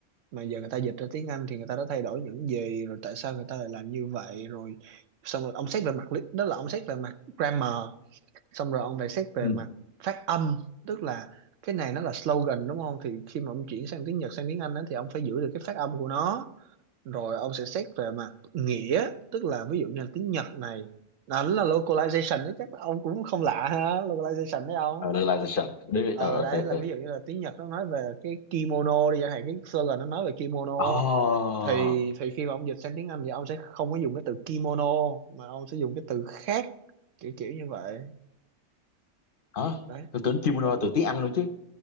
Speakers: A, on the right; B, on the left.
A: mà giờ người ta dịch ra tiếng Anh thì người ta đã thay đổi những gì rồi tại sao người ta lại làm như vậy rồi xong rồi ông xét về mặt lý đó là ông xét về mặt grammar xong rồi ông lại xét về
B: ừ.
A: mặt phát âm tức là cái này nó là slogan đúng không thì khi mà ông chuyển sang tiếng Nhật sang tiếng Anh đó, thì ông phải giữ được cái phát âm của nó rồi ông sẽ xét về mặt nghĩa tức là ví dụ như là tiếng Nhật này nó là localization đấy chắc ông cũng không lạ ha localization đấy ông
B: ờ, Realization đi
A: ờ
B: ờ ok
A: đấy
B: ok
A: là ví dụ như là tiếng Nhật nó nói về cái kimono đi chẳng hạn cái slogan nó nói về kimono
B: ồ
A: thì thì khi mà ông dịch sang tiếng Anh thì ông sẽ không có dùng cái từ kimono mà ông sẽ dùng cái từ khác kiểu kiểu như vậy
B: hả
A: đấy
B: tôi tưởng kimono
A: Ờ,
B: từ tiếng Anh luôn chứ